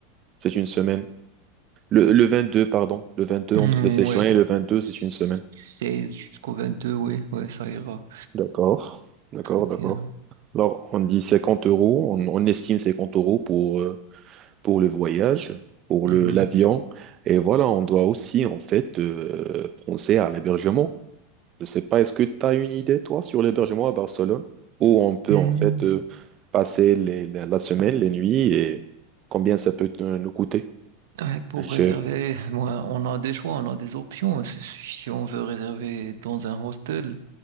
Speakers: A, on the right (about 40°); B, on the right (about 75°).
A: c'est une semaine. Le, le 22, pardon. Le vingt-deux
B: Hmm,
A: entre le 16
B: Ouais,
A: juin et le 22,
B: 16
A: c'est une semaine.
B: jusqu'au 22, ouais, ouais, ça ira
A: D'accord, d'accord,
B: très bien.
A: d'accord. Alors, on dit 50 euros, on, on estime 50 euros pour, euh, pour le voyage, pour
B: Mhm.
A: le, l'avion. Et voilà, on doit aussi, en fait, euh, penser à l'hébergement. Je sais pas, est-ce que tu as une idée, toi, sur l'hébergement à Barcelone, où on peut
B: Hmm,
A: en fait euh, passer les- la, la semaine, les nuits, et combien ça peut euh, nous coûter?
B: ouais, pour
A: Je...
B: réserver, bon, on a des choix, on a des options. Si si si on veut réserver dans un hostel,